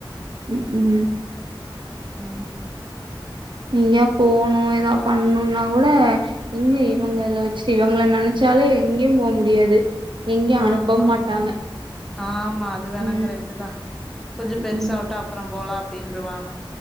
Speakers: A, on the right; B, in the centre.
A: ம் ம்
B: ம்
A: எங்கயா போணு எதா பண்ணுன்னாக்கூட எங்க இவங்கள வச்சுட்டு இவங்கள நெனச்சாலே எங்கயு போ முடியாது எங்கேயு
B: ஆமா
A: அனுப்ப மாட்டாங்க
B: ஆமா அது வேணா
A: ம்
B: கரெக்ட்டு தா கொஞ்சோ பெருசாவட்டு
A: ம்
B: அப்றோ போலா அப்டின்றுவாங்க